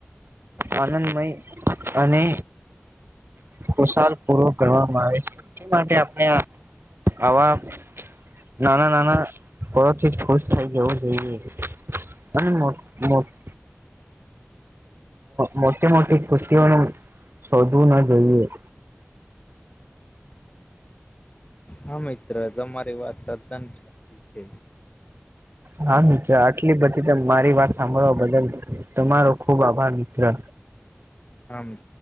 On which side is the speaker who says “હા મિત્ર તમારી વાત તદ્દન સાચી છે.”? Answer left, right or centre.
Left